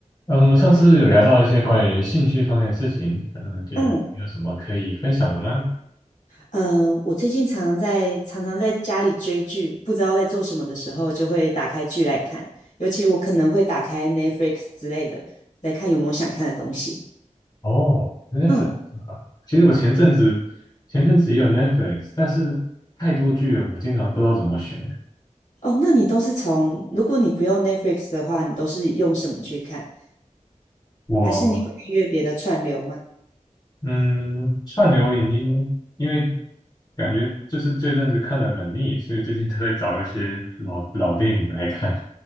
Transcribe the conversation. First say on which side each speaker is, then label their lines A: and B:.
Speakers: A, on the left; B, on the left.
A: 嗯，我们上次有聊到一些关于兴趣方面的事情，嗯，觉得你有什么可以分享的吗？
B: 嗯，呃，我最近常常在常常在家里追剧，不知道在做什么的时候，就会打开剧来看。尤其我可能会打开 Netflix 之类的，来看有没有想看的东西。
A: 哦，Netflix
B: 嗯，
A: 啊，其实我前阵子前阵子也有 Netflix，但是太多剧了，我经常不知道怎么选。
B: 哦，那你都是从，如果你不用 Netflix 的话，你都是用什么去看？
A: 我
B: 还是你有订阅别的串流吗？
A: 嗯，串流已经因为感觉就是这阵子看的很腻，所以最近都在找一些老老电影来看。